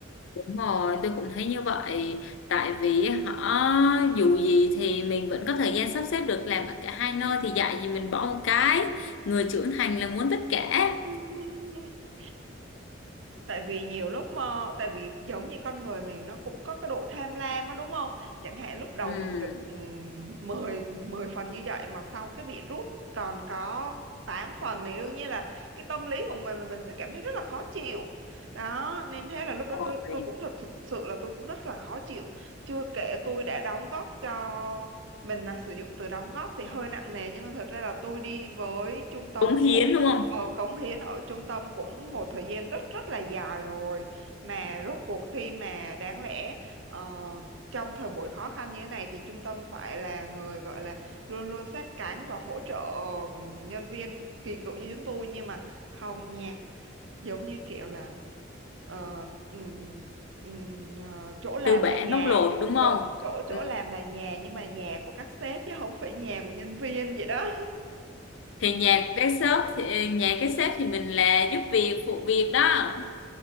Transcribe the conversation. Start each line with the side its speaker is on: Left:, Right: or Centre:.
Left: Đúng rồi, tôi cũng thấy như vậy. Tại vì họ dù gì thì mình vẫn có thời gian sắp xếp được làm ở cả hai nơi thì dạy gì mình bỏ một cái. Người trưởng thành là muốn tất cả.
Right: <laughs> tại vì nhiều lúc mà tại vì giống như con người mình nó cũng có cái độ tham lam á đúng không chẳng hạn lúc đầu
Left: Ừ.
Right: mình được um, 10 10 phần như vậy mà sau cái bị rút còn có 8 phần thì đương nhiên là cái tâm lý của mình là mình sẽ cảm thấy rất là khó chịu đó nên thế là lúc đó
Left: Rồi.
Right: tôi tôi cũng thật, thực sự là tôi cũng rất là khó chịu chưa kể tôi đã đóng góp cho mình là sử dụng từ đóng góp thì hơi nặng nề nhưng mà thật ra là tôi đi với trung tâm
Left: Cống hiến
Right: cũng
Left: đúng không?
Right: Ờ, cống hiến ở trung tâm cũng một thời gian rất rất là dài rồi mà rốt cuộc khi mà đáng lẽ ờ, trong thời buổi khó khăn như thế này thì trung tâm phải là người gọi là luôn luôn sát cánh và hỗ trợ ừm, nhân viên kỳ cựu như chúng tôi nhưng mà không nha giống như kiểu là ờ, ừm, ừm, ờ, chỗ làm
Left: Tư bản
Right: là nhà
Left: bóc lột đúng không?
Right: chỗ chỗ chỗ
Left: Ừ.
Right: làm là nhà nhưng mà nhà của các sếp chứ không phải nhà của nhân viên vậy đó
Left: Thì nhà cái shop thì nhà cái sếp thì mình là giúp việc phụ việc đó.